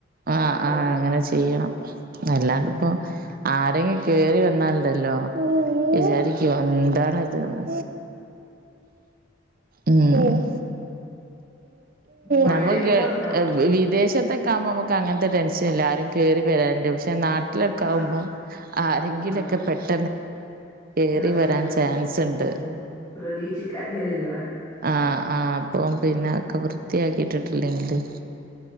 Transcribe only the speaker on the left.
അടുക്കള
ഉം
ആ
മഴ
ഇപ്പം കുറഞ്ഞോ
ആ
ആ
ആ
വരും
ഉം പ്രതീക്ഷിക്കാതെ വരുവാ
ആ